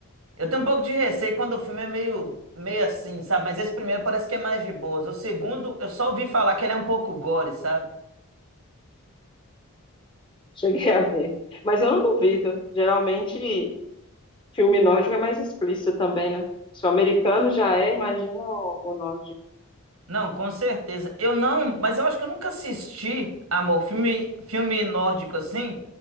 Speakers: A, on the right; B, on the left.
A: Eu tenho um pouco de receio quando o filme é meio, meio assim, sabe? Mas esse primeiro parece que é mais de boas. O segundo, eu só ouvi falar que ele é um pouco gore, sabe?
B: Cheguei a ver. Mas eu não duvido. Geralmente, filme nórdico é mais explícito também, né? Se o americano já é, imagina o, o nórdico.
A: Não, com certeza. Eu não, mas eu acho que eu nunca assisti, amor, filme, filme nórdico assim.